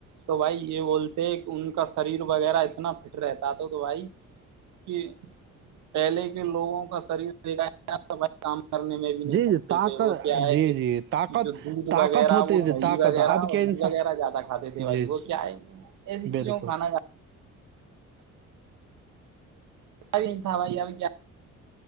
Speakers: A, on the right; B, on the right.
A: تو بھائی یہ بولتے ہیں کہ ان کا سریر وغیرہ اتنا فٹ رہتا تو بھائی کہ پہلے کے لوگوں کا شریر دیکھا جائے نہ تو بھایی کام کرنے میں بھی نہیں
B: جی
A: تھکتے
B: جی طاقت
A: تھے وہ کیا ہے
B: جی
A: کہ
B: جی طاقت
A: جو دودھ
B: طاقت
A: وغیرہ
B: ہوتی
A: وہ
B: تھی
A: دہی
B: طاقت
A: وغیرہ
B: اب
A: اور
B: کیا انسان
A: وغیرہ زیادہ کھاتے تھے بھائی
B: جی جی
A: وہ کیا ہے کہ ایسی چیزوں
B: بالکل
A: کو کھانا کھا <inaudible> کیا